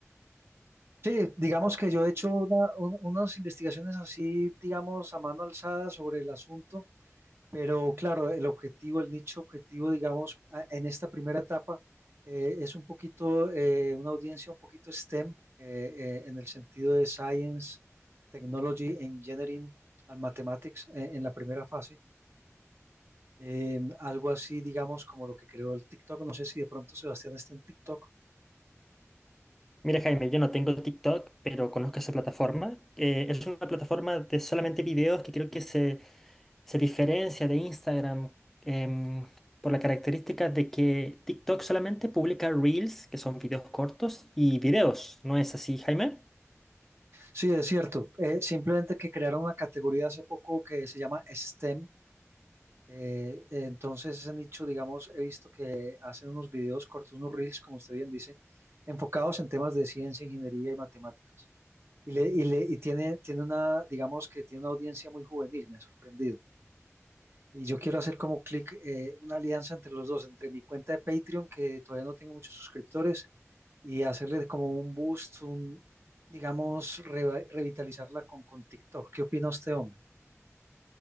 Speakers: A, on the right; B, in the centre.
A: Sí, digamos que yo he hecho una- un- unas investigaciones así, digamos, a mano alzada sobre el asunto, pero claro, el objetivo, el nicho objetivo, digamos, a- en esta primera etapa eh, es un poquito, eh, una audiencia un poquito STEM, eh, eh, en el sentido de Science, Technology, Engineering and Mathematics, eh, en la primera fase. Eh, algo así, digamos, como lo que creó el TikTok. No sé si de pronto Sebastián está en TikTok.
B: Mira, Jaime, yo no tengo TikTok, pero conozco esa plataforma. Eh, es una plataforma de solamente videos que creo que se, se diferencia de Instagram em, por la característica de que TikTok solamente publica reels, que son videos cortos, y videos. ¿No es así, Jaime?
A: Sí, es cierto. Eh, simplemente que crearon una categoría hace poco que se llama STEM. Eh, entonces, ese nicho, digamos, he visto que hacen unos videos cortos, unos reels, como usted bien dice, enfocados en temas de ciencia, ingeniería y matemáticas. Y, le, y, le, y tiene, tiene una, digamos que tiene una audiencia muy juvenil, me ha sorprendido. Y yo quiero hacer como clic eh, una alianza entre los dos, entre mi cuenta de Patreon, que todavía no tengo muchos suscriptores, y hacerle como un boost, un, digamos, reva- revitalizarla con, con TikTok. ¿Qué opina usted, hombre?